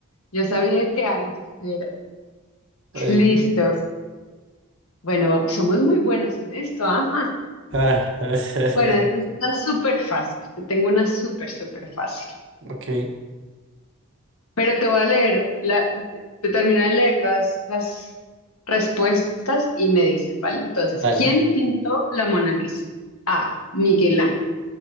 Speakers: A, on the left; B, on the right.
A: Yo sabía que Einstein era.
B: Ay,
A: Listo.
B: no.
A: Bueno, somos muy buenos en esto, ajá.
B: Ah, <laughs>
A: Bueno, esto está súper fácil. Te tengo una súper, súper fácil.
B: ok,
A: Pero te voy a leer, la, te termino de leer las, las respuestas y me dices, ¿vale? Entonces,
B: dale.
A: ¿quién pintó la Mona Lisa? A. Miguel Ángel.